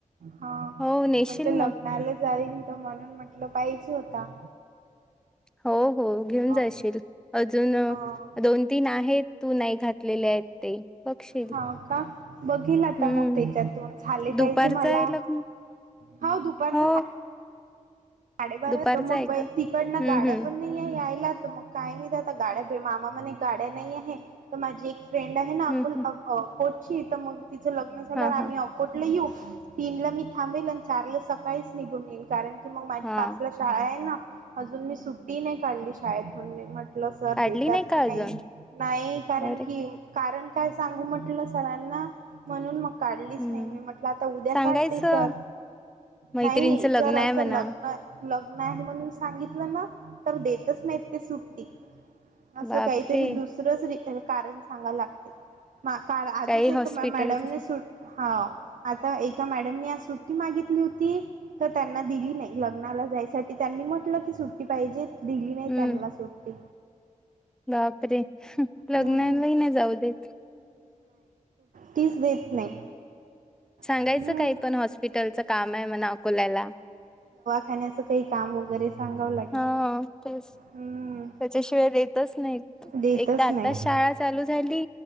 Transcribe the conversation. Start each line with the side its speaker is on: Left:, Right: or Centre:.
Right: हा
Centre: हो
Right: मी
Centre: नेशील
Right: म्हटलं
Centre: ना
Right: लग्नाला जाईल त म्हणून म्हटलं पाहिजे होता
Centre: हो हो घेऊन
Right: हा
Centre: जायशील अजून
Right: हा
Centre: दोन तीन आहेत तू नाही घातलेले आहेत ते बघशील
Right: हा का बघेल आता
Centre: हम्म
Right: मग त्याच्यातून झाले
Centre: दुपारचा
Right: पाहिजे मला
Centre: आहे लग्न
Right: हा दुपारचं
Centre: हो
Right: सा साडेबारा
Centre: दुपारचा
Right: तर मग
Centre: आहे का
Right: तिकडन
Centre: हम्म
Right: गाड्या
Centre: हम्म
Right: पण नाही आहे यायला मग काय मीता गाड्या मामा म गाड्या नाही आहे तर माझी फ्रेंड आहे ना अकुल
Centre: हम्म हम्म
Right: अ कोोटची तर मग तिचं लग्न झाल्यावर
Centre: हा
Right: आम्ही
Centre: हा
Right: अकोर्टला येऊ तीन ला मी थांबेल आणि चारला सकाळीच निघून येईन कारण की मग माझी
Centre: हा
Right: पाचला शाळा आहे ना अजून मी सुट्टी नाही काढली शाेतून मी सर
Centre: काढली
Right: देतात
Centre: का
Right: की नाही
Centre: अजून
Right: नाही कारण
Centre: अरे
Right: कीण काय सांगू म्हटलं सरांना म्हणून मग काढलीच
Centre: हम्म
Right: नाही मी म्हट आता उद्या
Centre: सांगायचं
Right: काढते सर
Centre: मैत्रिणीचं
Right: नाही
Centre: लग्न
Right: जर असं
Centre: आहे म्हणा
Right: लग्न लग्न आहे म्हणून सांगितलं ना तर देतच नाहीत ते सुट्टी असं
Centre: बापरे
Right: काहीतरी दुसरंच कारण सांगा लागते म काल आजच
Centre: काही हॉस्पिटलच
Right: एक मॅडमने सुट हा आता एका मॅडमनी आ सुट्टी मागितली होती तर त्यांना दिली नाही ल लग्नाला जायसाठी त्यांनी म्हटलं की सुट्टी पाहिजे दिली नाही
Centre: हम्म
Right: त्यांना सुट्टी
Centre: बापरे लग्नालाही
Right: हम्म
Centre: ना जाऊ देत
Right: तीच देत नाही
Centre: सांगायचं
Right: हम्म
Centre: काही पण हॉस्पिटलचं काम आहे म अकोल्याला
Right: खाण्याचं काही काम वगैरे सांगावं लागेल
Centre: हा तेच
Right: हम्म
Centre: त्याच्याशिवाय नाही
Right: देतच
Centre: एक तर आता
Right: नाही
Centre: शाळा चालू झाली